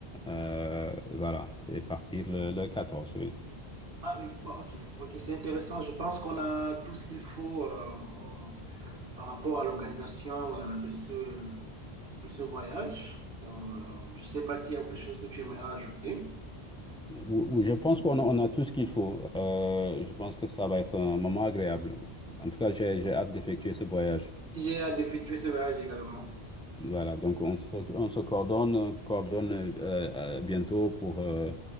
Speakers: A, in the centre; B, on the right (about 65°).
A: Euh, voilà. Et partir le, le quatorze oui.
B: Ah oui, bon, OK. OK, c'est intéressant. Je pense qu'on a tout ce qu'il faut euh, en- par rapport à l'organisation euh, de ce, de ce voyage. Donc, euh, je ne sais pas s'il y a autre chose que tu aimerais ajouter.
A: Oui, oui, je pense qu'on a, on a tout ce qu'il faut. Euh, je pense que ça va être un moment agréable. En tout cas, j'ai j'ai hâte d'effectuer ce voyage.
B: J'ai hâte d'effectuer ce voyage également.
A: Voilà, donc on se, on se coordonne, coordonne euh, euh, bientôt pour euh,